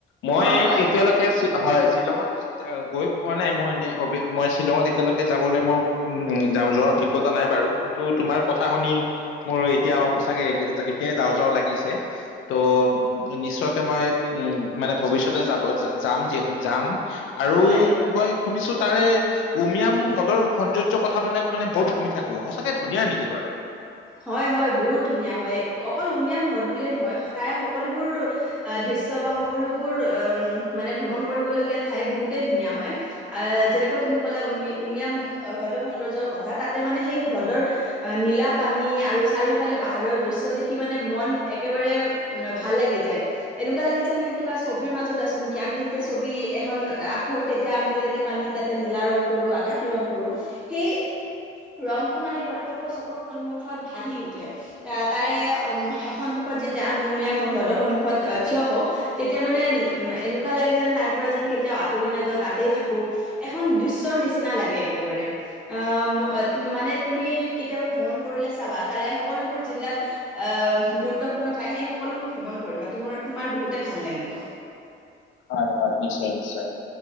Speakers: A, on the left; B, in the centre.
A: মই
B: হয় হয়
A: এতিয়া লৈকে হয় শ্বিলঙত গৈ পোৱা নাই মোৰ‌ এনেই মই শ্বিলঙত এতিয়ালৈকে যাবলৈ মোৰ উ যোৱাৰ অভিজ্ঞতা নাই বাৰু। কিন্তু তোমাৰ কথা শুনি, মোৰ এতিয়া সঁচাকে এতিয়াই যাওঁ যাওঁ লাগিছে। তো নিশ্চয়কে মই উ মানে ভৱিষ্যতে যাব যাম যাম। আৰু
B: হয়
A: মই শুনিছো তাৰে উমিয়াম মোৰ হ্ৰদৰ সৌন্দৰ্য কথাবিলাক মানে বহুত শুনি থাকোঁ, সঁচাকে ধুনীয়া নেকি বাৰু?
B: হয় হয় বহুত ধুনীয়া হয়, অকল উমিয়াম হ্ৰদ বুলিয়ে নহয় তাৰে সকলোবোৰ আঁহ দৃশ্য বা সকলোবোৰ উ মানে ভ্ৰমণ, কৰিবলগীয়া ঠাই বহুতেই ধুনীয়া হয়। আঁহ যেনেকৈ তুমি কলা উমি উমীয়াম হ্ৰদৰ সৌন্দৰ্যৰ কথা, তাতে মানে সেই হ্ৰদৰ অঁ নীলা পানী আৰু চাৰিওফালে পাহাৰৰ দৃশ্য দেখি মানে মন একেবাৰে ভাল লাগি যায়। এনেকুৱা লাগে যেন কিবা ছবিৰ মাজত আছো নেকি, আমি যেতিয়া ছবি এখন আঁকো তেতিয়া আমি যেনেকে পানীত তাতে নীলা ৰং কৰো, আকাশী ৰং কৰো সেই ৰংটো মানে প্ৰতক্ষ চকুৰ সন্মুখত ভাঁহি উঠে। আঁহ তাৰে সন্মুখত যেতিয়া আমি উমীয়াম হ্ৰদৰ সন্মুখত আহ থিয় হওঁ। তেতিয়া মানে উম এনেকুৱা লাগে যেন, তাৰ পৰা যেন কেতিয়াও আঁতৰি নাযাওঁ তাতেই থাকো। এখন দৃশ্যৰ নিচিনা লাগে একেবাৰে আঁহ মানে তুমি কেতিয়াবা ভ্ৰমণ কৰিলে চাবা, তাৰে সকলোবোৰ যিবিলাক আঁহ গুৰুত্বপূৰ্ণ ঠাই সেই সকলোবোৰ ভ্ৰমণ কৰিবা, তোমৰ তোমাৰ বহুতে ভাল লাগিব।
A: হয়‌ হয় নিশ্চয় নিশ্চয়।